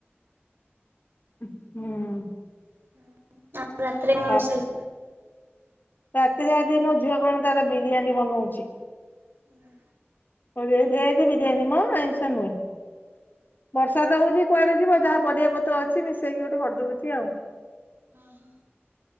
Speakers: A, on the left; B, on the right.
A: ହୁଁ ହୁଁ।
B: <unintelligible> ଆଉ ରାତିରେ କଣ
A: ଆଉ
B: ରୋଷେଇ?
A: ରାତିରେ ଆଜି ମୋ ଝିଅ କଣ ତାର ବିରିୟାନୀ ବନଉଚି।
B: ହୁଁ।
A: କରିବା ଭେଜ୍ ବିରିୟାନୀ ମ ଆଇଁଷ ନୁହେଁ ବର୍ଷା ତ ହୋଉଚି କୁଆଡେ ଯିବ ଯାହା ପରିବାପତ୍ର ଅଛି ମିଶେଇକି ଗୋଟେ କରିଦଉଚି ଆଉ।
B: ଓଁ ହୋ।